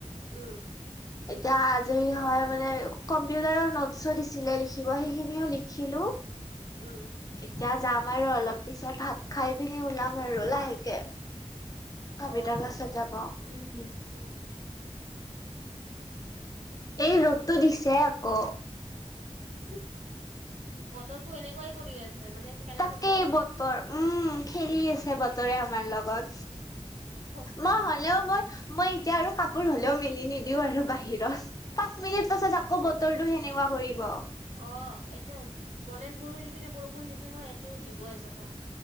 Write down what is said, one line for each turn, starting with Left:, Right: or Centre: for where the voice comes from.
Right: উম।
Left: এতিয়া আজৰি হ হৈ মানে কম্পিউটাৰৰ নোটছো দিছিলে, লিখিব। সেইখিনিও লিখিলোঁ।
Right: উম।
Left: এতিয়া যাম আৰু অলপ পিছত, ভাত খাই পিনি ওলাম আৰু। লাহেকে কম্পিউটাৰ
Right: অ',
Left: ক্লাছত যাব। উম।
Right: উম।
Left: এই ৰ'দটো দিছে আক'।
Right: <unintelligible> বতৰটো এনেকুৱাই কৰি আছে। মানে খেলা
Left: তাকেই
Right: কৰি আছে।
Left: বতৰ উম। খেলি আছে বতৰে আমাৰ লগত।
Right: সঁচাই।
Left: মই হলেও মই মই এতিয়া আৰু, কাপোৰ হ'লেও মেলি নিদিও আৰু বাহিৰত। পাঁচ মিনিট পাছত আকৌ বতৰটো সেনেকুৱা কৰিব।
Right: অহ। এতে গণেশ গুৰিৰ সিপিনে বৰষুণ দিছে নহয়, এতেও দিব চাবা।